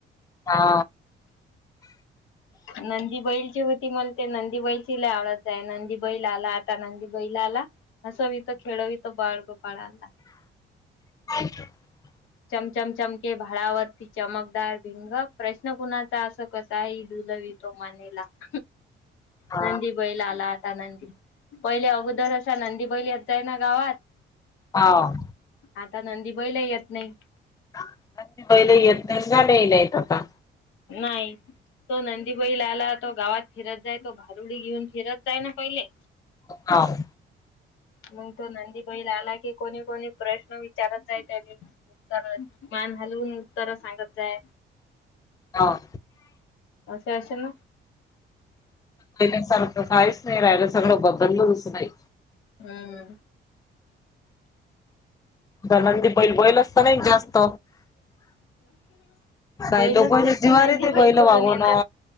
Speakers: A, on the left; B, on the left.
A: हा,
B: नंदी बैलची होती मला, ते नंदी बैलची लय ती आवडत जाय. नंदी बैल आला आता, नंदी बैल आला. हसंवीतो, खेळवीतो, बाळगोपाळांना.
A: <inaudible>
B: चमचम चमके भाळावरती चमकदार भिंग, प्रश्न कुणाचा असो कसा ही डुलवीतो मानेला. <inaudible>
A: हा
B: नंदी बैल आला आता नंदी. पहिले अगोदर असा नंदी बैल येत जाय ना गावात
A: हाव
B: आता नंदी बैल ही येत नाही.
A: नंदी बैलही येत नाही. गाणं ही नाही आता.
B: नाही. तो नंदी बैल आला. तो गावात फिरत जाय. तो भारुडी घेऊन फिरत जाय ना पहिले.
A: हाव.
B: मंग तो नंदी बैल आला की, कोणी कोणी प्रश्न विचारत जाय त्याले. तर मान हलवून उत्तर सांगत जाय.
A: हां.
B: असे असेल ना.
A: पहिल्यासारखं काहीच नाही राहायल, सगळं बदललस अस नाही.
B: हुं.
A: तर नंदी बैल, बैल असताना एक जास्त काही
B: बैलच
A: लोकांच्या
B: नाही
A: जिवावर
B: तर नंदी
A: येते बैल
B: कुठून
A: वागवण.
B: येणार